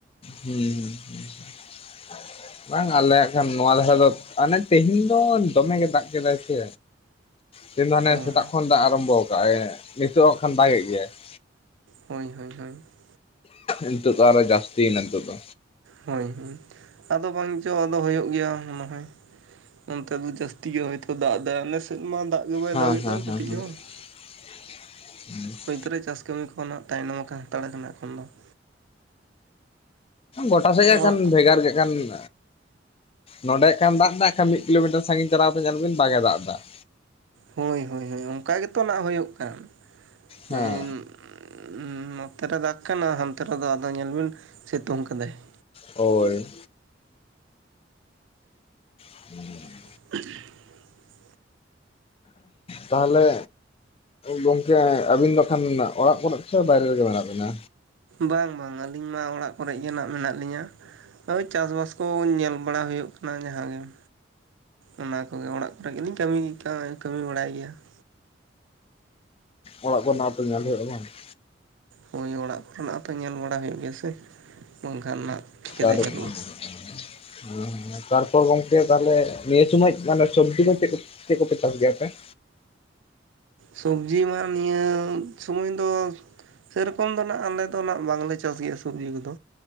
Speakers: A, on the left; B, on the right.
A: ᱦᱩᱸ ᱦᱩᱸ ᱾ ᱵᱟᱝ ᱟᱞᱮ ᱦᱟᱸᱜ ᱠᱷᱟᱱ ᱱᱚᱣᱟ ᱫᱷᱟᱨᱟ ᱫᱚ ᱟᱱᱮ ᱛᱮᱦᱮᱧ ᱫᱚ ᱫᱚᱢᱮ ᱜᱮ ᱫᱟᱜ ᱠᱮᱫᱟᱭ ᱥᱮ᱾ ᱛᱮᱦᱮᱧ ᱫᱚ ᱦᱟᱱᱮ
B: ᱚ
A: ᱥᱮᱛᱟᱜ ᱠᱷᱚᱱ ᱫᱟᱜ ᱟᱨᱟᱢᱵᱚ ᱠᱟᱜᱟᱭ ᱱᱤᱛᱳᱜ ᱦᱚᱸ ᱠᱷᱟᱱ ᱫᱟᱜᱮᱫ ᱜᱮᱭᱟᱭ ᱾
B: ᱦᱳᱭ ᱦᱳᱭ ᱦᱳᱭ ᱾
A: ᱱᱤᱛᱚᱜ ᱫᱚ ᱟᱨᱦᱚ ᱡᱟᱹᱥᱛᱤᱮᱱᱟ ᱱᱤᱛᱚᱜ ᱫᱚ
B: ᱦᱳᱭ ᱦᱳᱭ ᱟᱫᱚ ᱵᱟᱝᱪᱚ ᱟᱫᱚ ᱦᱩᱭᱩᱜ ᱜᱮᱭᱟ ᱱᱚᱜ-ᱚᱭ ᱱᱚᱱᱛᱮ ᱫᱚ ᱡᱟᱹᱥᱛᱤ ᱜᱮ ᱦᱚᱭᱛᱚ ᱫᱟᱜ ᱫᱟᱭ ᱾ ᱟᱞᱮ ᱥᱮᱫ ᱢᱟ ᱫᱟᱜ ᱜᱮ ᱵᱟᱭ
A: ᱦᱮᱸ
B: ᱫᱟᱜᱮᱫ
A: ᱦᱮᱸ
B: ᱫᱚ ᱠᱟᱹᱴᱤᱡ
A: ᱦᱮᱸ
B: ᱦᱚᱸ ᱾
A: <inaudible>
B: ᱮᱱᱛᱮ ᱨᱮ ᱪᱟᱥ ᱠᱟᱹᱢᱤ ᱠᱷᱚᱱᱟᱜ ᱛᱟᱭᱱᱚᱢ ᱟᱠᱟᱱ ᱦᱟᱱᱛᱟᱲ ᱠᱟᱱᱟ ᱮᱠᱷᱚᱱ ᱫᱚ ᱾
A: ᱜᱚᱴᱟ ᱥᱮᱫ ᱜᱮ
B: ᱚᱲᱟᱜ
A: ᱠᱷᱟᱱ
B: ᱠᱚ᱾
A: ᱵᱷᱮᱜᱟᱨ ᱜᱮ ᱠᱷᱟᱱ ᱾ ᱱᱚᱸᱰᱮ ᱠᱷᱟᱱ ᱫᱟᱜ ᱫᱟ ᱮᱠᱷᱟᱱ ᱢᱤᱫ ᱠᱤᱞᱳᱢᱤᱴᱟᱨ ᱥᱟᱺᱜᱤᱧ ᱪᱟᱞᱟᱣ ᱠᱟᱛᱮ ᱧᱮᱞ ᱵᱤᱱ ᱵᱟᱝ ᱮ ᱫᱟᱜ ᱫᱟ ᱾
B: ᱦᱳᱭ ᱦᱳᱭ ᱦᱳᱭ ᱚᱱᱠᱟ ᱜᱮᱛᱚ ᱱᱟᱜ ᱦᱩᱭᱩᱜ ᱠᱟᱱ <inaudible>
A: ᱦᱮᱸ
B: ᱮᱱ ᱾ ᱱᱚᱛᱮ ᱨᱮ ᱫᱟᱜ ᱠᱷᱟᱱ ᱦᱟᱱᱛᱮ ᱨᱮᱫᱚ ᱟᱫᱚ ᱧᱮᱞ ᱵᱤᱱ ᱥᱤᱛᱩᱝ ᱠᱟᱫᱟᱭ ᱾
A: ᱦᱳᱭ <inaudible>
B: <unintelligible>
A: ᱛᱟᱦᱚᱞᱮ ᱜᱚᱝᱠᱮ ᱟᱹᱵᱤᱱ ᱫᱚ ᱠᱷᱟᱱ ᱚᱲᱟᱜ ᱠᱚᱨᱮ ᱥᱮ ᱵᱟᱭᱨᱮ ᱨᱮᱜᱮ ᱢᱮᱱᱟᱜ ᱵᱤᱱᱟ
B: ᱵᱟᱝ ᱵᱟᱝ ᱟᱹᱞᱤᱧ ᱢᱟ ᱚᱲᱟᱜ ᱠᱚᱨᱮ ᱜᱮ ᱱᱟᱜ ᱢᱮᱱᱟᱜ ᱞᱤᱧᱟ ᱾ ᱦᱳᱭ ᱪᱟᱥ ᱵᱟᱥ ᱠᱚ ᱧᱮᱞ ᱵᱟᱲᱟ ᱦᱩᱭᱩᱜ ᱠᱟᱱᱟ ᱡᱟᱦᱟᱸ ᱜᱮ ᱾ ᱚᱱᱟ ᱠᱚᱜᱮ ᱚᱲᱟᱜ ᱠᱚᱨᱮ ᱜᱮᱞᱤᱧ ᱠᱟᱹᱢᱤ ᱠᱟᱭ ᱠᱟᱹᱢᱤ ᱵᱟᱲᱟᱭ ᱜᱮᱭᱟ ᱾
A: ᱚᱲᱟᱜ ᱠᱚ ᱱᱟᱦᱟᱛᱚ ᱧᱮᱞ ᱦᱩᱭᱩᱜᱼᱟ ᱵᱟᱝ ᱾
B: ᱦᱳᱭ ᱚᱲᱟᱜ ᱠᱚᱨᱮᱱᱟᱜ ᱦᱚᱸᱛᱚ ᱧᱮᱞ ᱵᱟᱲᱟ ᱦᱩᱭᱩᱜ ᱜᱮᱭᱟ ᱥᱮ ᱾ ᱵᱟᱝᱠᱷᱟᱱ ᱱᱟᱜ ᱪᱤᱠᱟᱹᱛᱮ
A: ᱟᱫᱚ
B: ᱪᱟᱹᱞᱩᱜᱼᱟ
A: <unintelligible> ᱦᱮᱸ ᱛᱟᱨᱯᱚᱨ ᱜᱚᱝᱠᱮ ᱛᱟᱦᱚᱞᱮ ᱱᱤᱭᱟᱹ ᱥᱩᱢᱩᱭ ᱢᱟᱱᱮ ᱥᱚᱵᱽᱡᱤ ᱠᱚᱯᱮ ᱪᱮᱫ ᱠᱚᱯᱮ ᱪᱟᱥ ᱜᱮᱭᱟᱯᱮ ᱾
B: ᱥᱚᱵᱽᱡᱤ ᱢᱟ ᱱᱤᱭᱟᱹ ᱥᱩᱢᱩᱭ ᱫᱚ ᱥᱮᱨᱚᱠᱚᱢ ᱫᱚ ᱱᱟᱜ ᱟᱞᱮ ᱫᱚ ᱱᱟᱜ ᱵᱟᱝᱞᱮ ᱪᱟᱥ ᱜᱮᱭᱟ ᱥᱚᱵᱽᱡᱤ ᱠᱚᱫᱚ